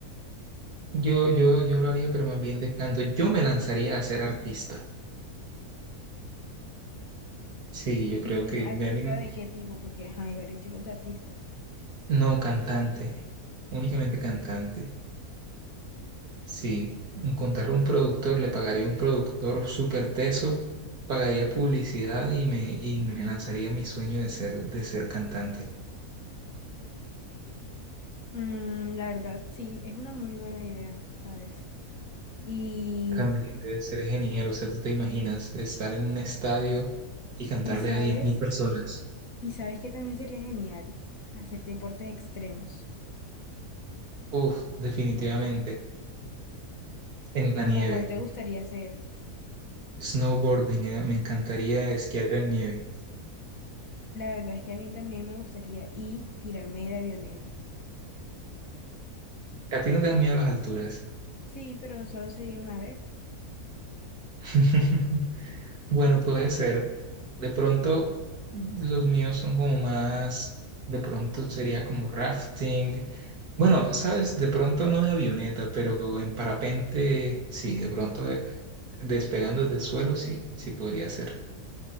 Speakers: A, on the right (about 80°); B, on the left (about 65°).
A: Yo, yo, yo lo haría, pero más bien de canto. Yo me lanzaría a ser artista. Sí, yo
B: Mm,
A: creo que...
B: ¿artista
A: ven-
B: de qué tipo? Porque ajá, hay varios tipos de artistas.
A: No, cantante. Únicamente cantante. Si encontrar un productor, le pagaría a un productor súper teso, pagaría publicidad y me, y me lanzaría mi sueño de ser, de ser cantante.
B: Mm, la verdad, sí, es una muy buena idea, ¿sabes? Y,
A: También debe ser genial, o sea, tú te imaginas estar en un estadio y cantarle
B: y ¿sabes?
A: a 10.000 personas.
B: Y sabes que también sería genial hacer deportes extremos,
A: Uf, definitivamente, en
B: como
A: la nieve.
B: cuál te gustaría hacer.
A: Snowboarding, eh, me encantaría esquiar en nieve.
B: La verdad es que a mí también me gustaría y tirarme de avioneta.
A: ¿A ti no te dan miedo las alturas?
B: Sí, pero solo sería una vez.
A: <laughs> Bueno, puede ser. De pronto, los míos son como más, de pronto sería como rafting. Bueno, sabes, de pronto no de avioneta, pero en parapente, sí, de pronto de- despegando desde el suelo, sí, sí podría ser.